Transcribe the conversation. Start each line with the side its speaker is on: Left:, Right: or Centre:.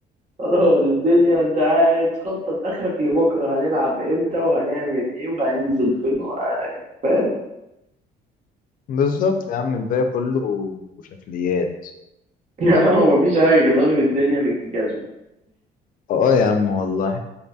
Right: خلاص الدنيا أنت قاعد تخطط آخرك لبكرة هنلعب إمتى وهنعمل إيه وهننزل فين و- فاهم
Left: بالظبط يا عم الباقي كله شكليات
Right: <laughs> مفيش حاجة ضارب الدنيا بالجزمة
Left: اه يا عم والله